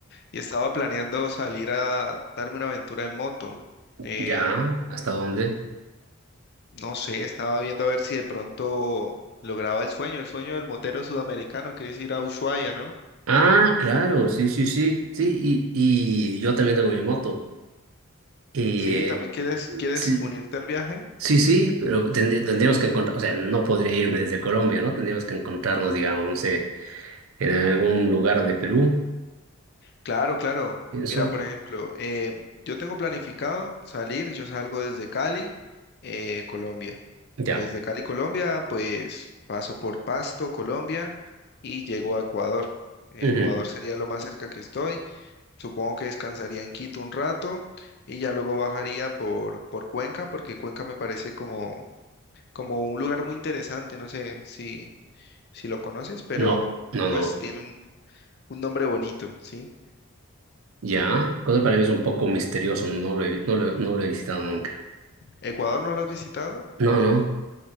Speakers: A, on the left; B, on the right.
A: y estaba planeando salir a darme una aventura en moto. Eh,
B: ¿ya? ¿Hasta dónde?
A: no sé, estaba viendo a ver si de pronto lograba el sueño, el sueño del motero sudamericano, que es ir a Ushuaia, ¿no?
B: Ah, claro, sí, sí, sí, sí, y, y yo también tengo mi moto. Eh,
A: Sí, ¿también quieres, quieres
B: sí,
A: unirte al viaje?
B: sí, sí, pero tendrí- tendríamos que encontrar, o sea, no podría irme desde Colombia, ¿no? Tendríamos que encontrarnos, digamos, no sé, en algún lugar de Perú,
A: Claro, claro.
B: pienso.
A: Mira, por ejemplo, eh, yo tengo planificado salir, yo salgo desde Cali, eh, Colombia.
B: Ya.
A: Desde Cali, Colombia, pues paso por Pasto, Colombia, y llego a Ecuador. Ecuador
B: Ujú.
A: sería lo más cerca que estoy. Supongo que descansaría en Quito un rato y ya luego bajaría por, por Cuenca, porque Cuenca me parece como, como un lugar muy interesante. No sé si, si lo conoces, pero
B: No, no,
A: pues
B: no.
A: tiene un, un nombre bonito, ¿sí?
B: Ya. Cosa para mí es un poco misterioso, no lo he, no lo, no lo he visitado nunca.
A: ¿Ecuador no lo has visitado?
B: No, no.